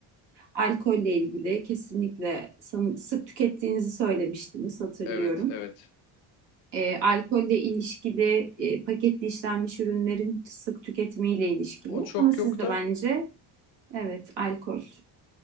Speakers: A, on the right (about 60°); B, on the left (about 85°).
A: alkolle ilgili kesinlikle san- sık tükettiğinizi söylemiştiniz hatırlıyorum.
B: Evet, evet.
A: E, alkolle ilişkili e, paketli işlenmiş ürünlerin sık tüketimiyle ilişkili.
B: O çok
A: Ama siz
B: yok
A: de
B: da
A: bence evet alkol.